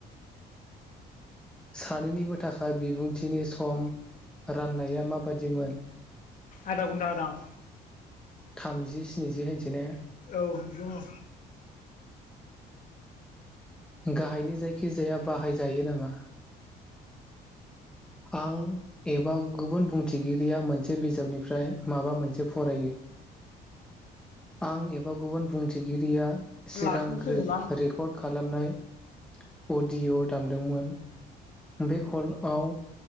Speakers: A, in the centre; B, on the left.
A: सानैनिबो थाखाय बिबुंथिनि सम राननाया माबादिमोन?
B: आदागन्दा होदां।
A: थामजि स्निजि होनसै ने?
B: औ बेखौ हो
A: गाहायनि जायखिजाया बाहायजायो नामा? आं एबा गुबुन बुंथिगिरिया मोनसे बिजाबनिफ्राय माबा मोनसे फरायो। आं एबा गुबुन बुंथि गिरिया सिगांग्रो
B: लास्टखौ सोदोंलां
A: रेकर्ड खालामनाय अडिअ दामदोंमोन बे कल ओव